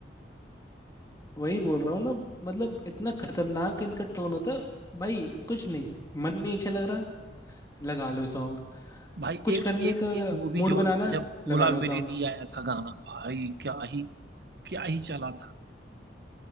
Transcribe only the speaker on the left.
वही बोल रहा हूँ ना मतलब इतना खतरनाक इनका टोन होता है भाई कुछ नहीं मन नहीं अच्छा लग रहा लगा लो सॉन्ग
कुछ
करने
का
मूड
बनाना
लगा लो
सॉन्ग